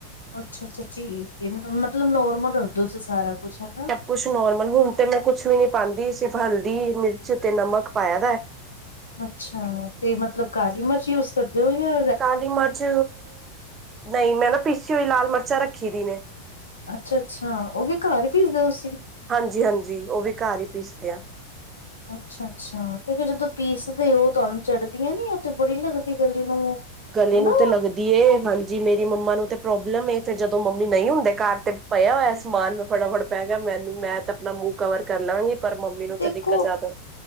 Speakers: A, on the left; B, on the right.
A: ਅੱਛਾ-ਅੱਛਾ ਠੀਕ ਏ ਨਾ ਮਤਲਬ ਨੋਰਮਲ ਰੱਖਦੇ ਓ ਤੁਸੀ ਸਾਰਾ ਕੋਛ, ਹੈ ਨਾ।
B: ਸਭ ਕੁਛ ਨੋਰਮਲ ਹੁਣ ਤੇ ਮੈਂ ਕੁਛ ਵੀ ਨੀ ਪਾਂਦੀ ਸਿਰਫ ਹਲਦੀ, ਮਿਰਚ ਤੇ ਨਮਕ ਪਾਇਆ ਦੈ।
A: ਅੱਛਾ ਤੇ ਮਤਲਬ ਕਾਲੀ ਮਰਚ ਯੂਜ ਕਰਦੇ ਓ ਯਾਂ
B: ਕਾਲੀ ਮਰਚ ਨਈ ਮੈਂ ਨਾ ਪੀਸੀ ਹੋਈ ਲਾਲ ਮਰਚਾਂ ਰੱਖੀ ਦੀ ਨੇ।
A: ਅੱਛਾ-ਅੱਛਾ ਓ ਵੀ ਘਾਰ ਈ ਪੀਸਦੇ ਓ ਤੁਸੀ।
B: ਹਾਂਜੀ-ਹਾਂਜੀ ਓ ਵੀ ਘਾਰ ਈ ਪੀਸਦੇ ਆਂ।
A: ਅੱਛਾ-ਅੱਛ ਛਾ ਤੇ ਫੇਰ ਜਦੋਂ ਪੀਸਦੇ ਓ ਤੁਆਨੂੰ ਚੜਦੀਆਂ ਨੀ ਐ ਤੇ ਬੜੀ ਲੱਗਦੀ ਗਲੀ ਨੂੰ।
B: ਗਲੇ
A: ਹਨਾ
B: ਨੂੰ ਤੇ ਲੱਗ ਦੀ ਏ। ਹਾਂਜੀ ਮੇਰੀ ਮੰਮਾ ਨੂੰ ਤੇ ਪ੍ਰੋਬਲਮ ਏ ਫਿਰ ਜਦੋਂ ਮੰਮੀ ਨਈ ਹੁੰਦੇ ਘਰ ਤੇ ਪਏਆ ਹੋਏਆ ਸਮਾਨ ਮੈਂ ਫਟਾਫਟ ਪੈਂ ਗੇਆ ਮੈਨੂੰ ਮੈਂ ਤਾਂ ਆਪਣਾ ਮੂੰਹ ਕਵਰ ਕਰ ਲਾਂਗੀ ਪਰ ਮੰਮੀ ਨੂੰ ਤਾਂ
A: ਦੇਖੋ
B: ਦਿੱਕਤ ਜ਼ਿਆਦਾ